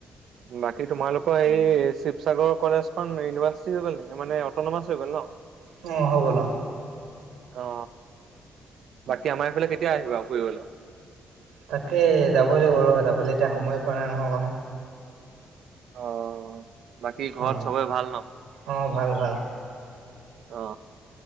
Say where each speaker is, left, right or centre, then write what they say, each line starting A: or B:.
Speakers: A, on the right (about 70°); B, on the right (about 85°).
A: বাকী তোমালোকৰ এইে শিৱসাগৰ কলেজখন ইউনিভাৰ্চিটি হৈ গ'ল নেকি মানে অট'নমাছ হৈ গ'ল ন'?
B: উম, হৈ গল অহ।
A: অ বাকী আমাৰ এইফালে কেতিয়া আহিবা ফুৰিবলৈ।
B: তাকে যাব লাগ ব যাবলৈ এতিয়া সময় পোৱা নাই নহয় অকনো।
A: অ বাকী ঘৰত
B: অ
A: চবে ভাল ন।
B: অ ভাল ভাল
A: অ